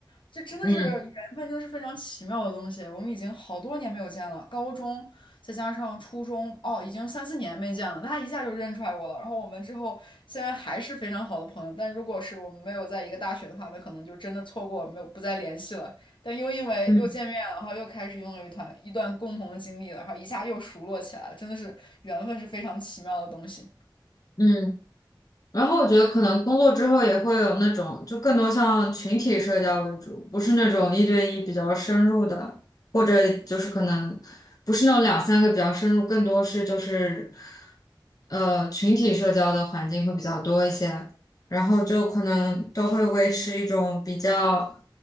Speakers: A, on the left (about 75°); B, on the left (about 45°).
A: 这真的是缘分，
B: 嗯
A: 真的是非常奇妙的东西。我们已经好多年没有见了，高中再加上初中，哦，已经三四年没见了，她一下就认出来我了。然后我们之后现在还是非常好的朋友，但如果是我们没有在一个大学的话，那可能就真的错过，没有不再联系了。但又因为又见面了，
B: 嗯
A: 然后又开始拥有一团一段共同的经历了，然后一下又熟络起来了，真的是缘分是非常奇妙的东西。
B: 嗯，然后我觉得可能工作之后也会有那种，就更多像群体社交为主，不是那种一对一比较深入的，或者就是可能不是那种两三个比较深入，更多是就是呃群体社交的环境会比较多一些，然后就可能都会维持一种比较